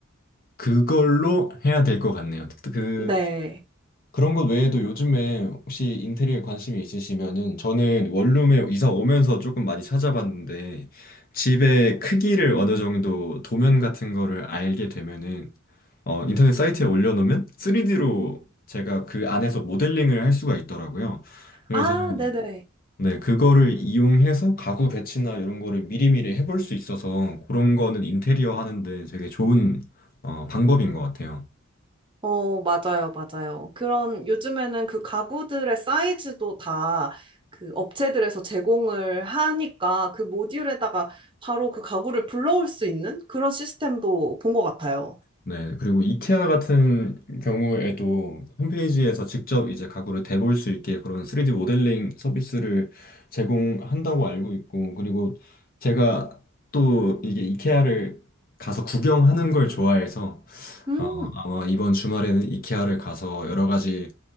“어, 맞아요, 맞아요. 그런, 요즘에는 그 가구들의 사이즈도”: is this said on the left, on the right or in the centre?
Right